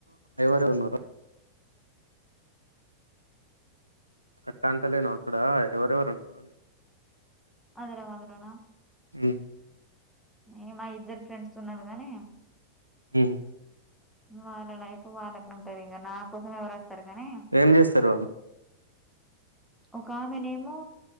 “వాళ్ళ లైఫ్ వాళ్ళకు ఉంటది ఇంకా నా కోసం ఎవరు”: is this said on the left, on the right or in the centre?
Centre